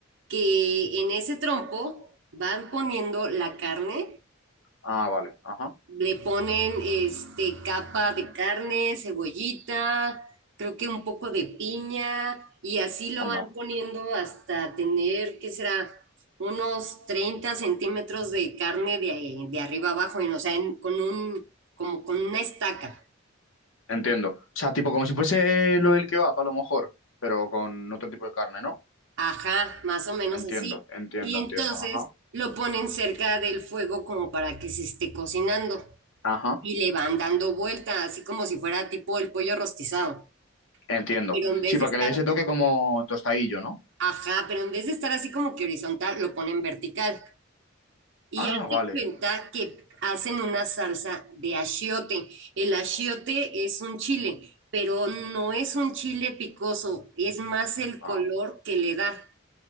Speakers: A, on the right; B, on the left.
A: que en ese trompo van poniendo la carne,
B: ah, vale, ajá,
A: le ponen este capa de carne, cebollita, creo que un poco de piña, y así lo
B: onda,
A: van poniendo hasta tener, ¿qué será? Unos 30 centímetros de carne de, de arriba abajo, en- o sea, en- con un, como con una estaca.
B: entiendo. O sea, tipo como si fuese eh, lo del kebab a lo mejor, pero con otro tipo de carne, ¿no?
A: Ajá, más o menos
B: Entiendo,
A: así.
B: entiendo,
A: Y entonces
B: entiendo, ajá,
A: lo ponen cerca del fuego como para que se esté cocinando
B: ajá,
A: y le van dando vuelta, así como si fuera tipo el pollo rostizado.
B: entiendo.
A: Pero en vez
B: Sí,
A: de
B: para
A: estar,
B: que le dé ese toque como tostadillo, ¿no?
A: ajá, pero en vez de estar así como que horizontal, lo ponen vertical. Y
B: Ah,
A: hazte
B: vale,
A: cuenta que hacen una salsa de achiote. El achiote es un chile, pero no es un chile picoso, es más el
B: ah,
A: color que le da.